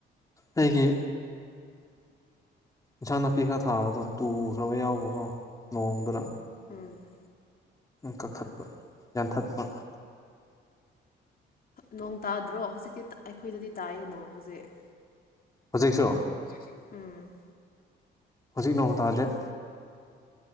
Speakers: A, on the left; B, on the left.
A: ꯑꯩꯒꯤ ꯏꯟꯁꯥꯡ ꯅꯥꯄꯤ ꯈꯔ ꯊꯥꯕꯗꯣ ꯇꯨꯈ꯭ꯔꯕ ꯌꯥꯎꯕꯀꯣ ꯅꯣꯡꯗꯨꯅ
B: ꯎꯝ
A: ꯀꯛꯊꯠꯄ ꯌꯥꯟꯊꯠꯄ
B: ꯅꯣꯡ ꯇꯥꯗ꯭ꯔꯣ ꯍꯧꯖꯤꯛꯛꯇꯤ ꯑꯩꯈꯣꯏꯗꯗꯤ ꯇꯥꯏꯌꯦ ꯅꯣꯡ ꯍꯧꯖꯤꯛ
A: ꯍꯧꯖꯤꯛꯁꯨ
B: ꯍꯧꯖꯤꯛꯁꯨ ꯎꯝ
A: ꯍꯧꯖꯤꯛ ꯅꯣꯡ ꯇꯥꯥꯗꯦ